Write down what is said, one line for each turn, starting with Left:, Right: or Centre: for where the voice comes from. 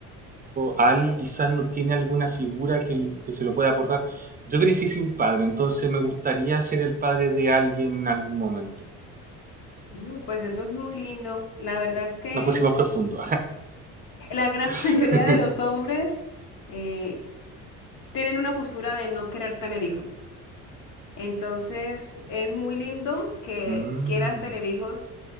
Right: a alguien quizás no tiene alguna figura que, que se lo pueda aportar. Yo crecí sin padre, entonces me gustaría ser el padre de alguien en algún momento.
Left: ujú, Pues eso es muy lindo. La verdad es que
Right: Nos pusimos profundo.
Left: la gran <laughs>
Right: <laughs>
Left: mayoría de los hombres eh, tienen una postura de no querer tener hijos. Entonces, es muy lindo que
Right: Mm,
Left: quieras tener hijos